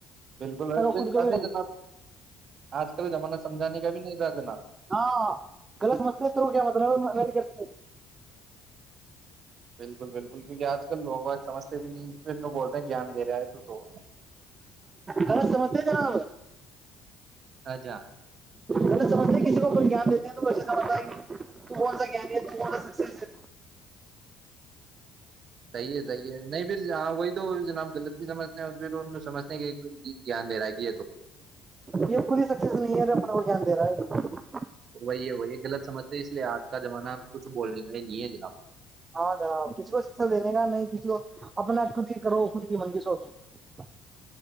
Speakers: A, on the right; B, on the right.
A: بالکل ابھی
B: خود کو
A: ابھی
B: بھی
A: جناب آج کل زمانہ سمجانے کا بھی نہیں تھا جناب
B: ہاں غلط مستے توو کیا مطلب ہے م گٹ سے
A: بالکل بالکل کیونکہ آج کل لوگ آج سمجھتے بھی نہیں پھر ن بولتے ہیں گیان دے رہا ہے تو تو
B: ہیلو سمجھتے جناب
A: اجا
B: اگر سمجھتے کسی کو کوئی گیان دیتے ہیں تو ایسا سمجھتا ہے تو کون سا گیانی ہے تو کون سا سکسیس ہے
A: صحیح ہے صحیح ہے نہیں پھر ہاں وہی جناب غلط بھی سمج اور پھر ان سمجنے کے تو جانے رہ ہے یہ تو
B: یہ کو بھی سکسیس نہیں ہے اپنا کو گان دے رہا ہے
A: وہی ہے وہی غلط سمجھ اس لیے آج کا زمانہ کچھ بولنے کا ہی نہیں ہے جناب <unintelligible>
B: ہاں جناب کسی کو شکشا دینے کا نہیں کسی کو اپنا خود ہی کرو خود کی منندی سوچو